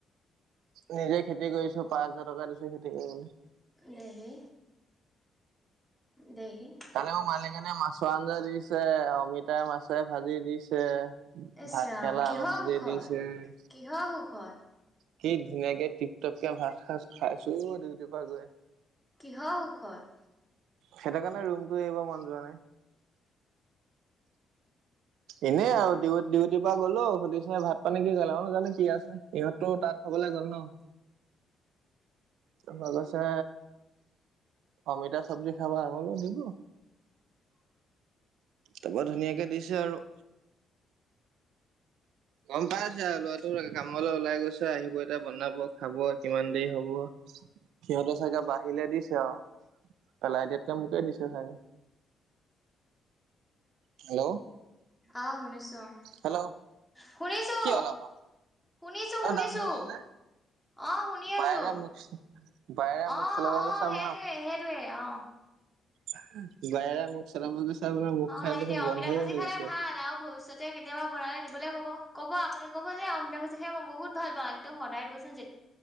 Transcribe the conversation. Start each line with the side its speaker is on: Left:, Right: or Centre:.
Right: নিজেই খেতি কৰিছো, পাঁচ হাজাৰ টকা দিছো খেতি কৰিবলে।
Centre: দেহি দেহি
Right: কালি মোক মালিকানীয়ে মাছৰ আঞ্জা দিছে, অমিতাই মাছে ভাজি দিছে।
Centre: ইচৰাম
Right: ভাত কেৰেলা
Centre: কিহৰ
Right: আলু ভাজি
Centre: সুখত?
Right: দিছে।
Centre: কিহৰ সুখত?
Right: কি ধুনীয়াকে টিপ-টপকে ভাত খাজ খাইছো অ ডিউটিৰ পৰা গৈ।
Centre: কিহৰ সুখত?
Right: সেইটো কাৰণে ৰুমটো এৰিব মন যোৱা নাই। এনেই আৰু ডিউ, ডিউটিৰ পৰা গ'লো সুধিছে ভাত পানী কি খালে? মই বোলো জানো কি আছে। ইহঁতো তাত খা- বলে গল ন'। তাৰপৰা কৈছে অমিতা চব্জি খাবা? মই বোলো দিব।
Centre: <inaudible>
Right: তাৰপৰা ধুনীয়াকে দিছে আৰু গম পাইছে আৰু লৰাটো কামলৈ ওলাই গৈছে, আহিব এতিয়া বনাব খাব কিমান দেৰি হব। সিহঁতৰ চাগে বাঢ়িলে দিছে আৰু পেলাই দিয়াতকে মোকে দিছে চাগে। হেল্ল'
Centre: অ শুনিছো অ'
Right: হেল্ল'
Centre: শুনিছো,
Right: কি হ'ল আকৌ?
Centre: শুনিছো-শুনিছো।
Right: অ ডাউন হৈ গ'ল যে।
Centre: অ' শুনি
Right: বায়ৰা
Centre: আছো
Right: মুখ বায়ৰা মুখ
Centre: অ
Right: চলাব
Centre: অ
Right: গৈছে আপোনাৰ
Centre: সেইটোৱে, সেইটোৱে অ'।
Right: <unintelligible> মুখখন
Centre: অ' সেইটোৱে
Right: দেখোন গন্ধই
Centre: অমিতা ভাজি
Right: হৈ
Centre: খালে
Right: গৈছে।
Centre: ভাল আৰু ভৱিষ্যত তে কেতিয়াবা বনাল দিবলে ক'ব। ক'ব আপুনি ক'ব যে অমিতা ভাজি খাই মই বহুত ভাল পাওঁ একদম সদায় দিবচোন যে-